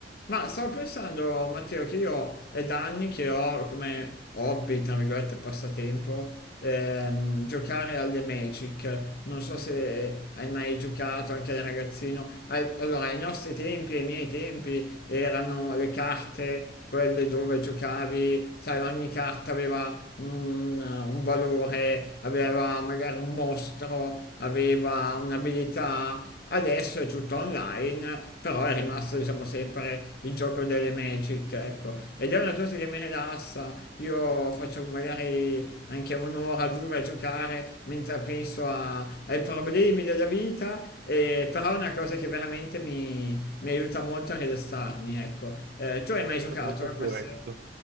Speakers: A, on the left; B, on the right.
A: Ma stavo pensando, Matteo, che io è da anni che ho come hobby, tra virgolette, passatempo, ehm, giocare alle Magic. Non so se hai mai giocato anche da ragazzino. Ai- Allora, ai nostri tempi, ai miei tempi, erano le carte, quelle dove giocavi, sai, ogni carta aveva un, un valore, aveva magari un mostro, aveva un'abilità Adesso è tutto online, però è rimasto diciamo sempre il gioco delle Magic, ecco. Ed è una cosa che mi rilassa, io faccio magari anche un'ora, due a giocare mentre penso a- ai problemi della vita, e- però è una cosa che veramente mi, mi aiuta molto a rilassarmi, ecco. Eh, tu hai
B: È
A: mai
B: sempre
A: giocato
B: molto
A: a
B: poetico
A: questo?